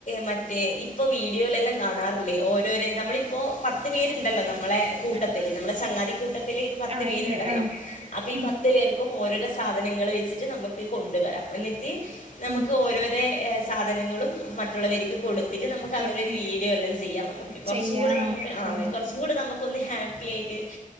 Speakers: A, on the left; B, on the right.
A: മറ്റേ ഇപ്പൊ വീഡിയോലെല്ലം കാണാറില്ലേ ഓരോരെ നമ്മളി പ്പോ പത്ത് പേരുണ്ടല്ലോ നമ്മളെ കൂട്ടത്തില്
B: ആഹ് ആഹ്
A: നമ്മുടെ ചങ്ങാതിക്കൂട്ടത്തില് ഒരു പത്ത്
B: ആഹ്
A: പേരുണ്ടല്ലോ
B: ഇണ്ട് ആഹ്
A: അപ്പൊ ഈ
B: ഉം
A: പത്ത് പേർക്കും ഓരോരോ സാധനങ്ങൾ വെച്ചിട്ട് നമുക്ക് കൊണ്ടുവരാം. എന്നിട്ട്
B: ഉം
A: ഓരോരേ സാധനങ്ങളും മറ്റുള്ളവര്ക്ക് കൊടുത്തിട്ട് നമുക്ക്
B: കൊ
A: അങ്ങനെ ഒരു
B: ഉം
A: വീഡിയോ എല്ലാം ചെയ്യാം നമുക്ക് കുറച്ചും
B: ചെയ്യാ
A: കൂടെ
B: ആഹ്
A: നമുക്ക്
B: അതന്നെ
A: ആകെ കുറച്ച് കൂടെ നമുക്കൊന്ന് ഹാപ്പി ആയിട്ട്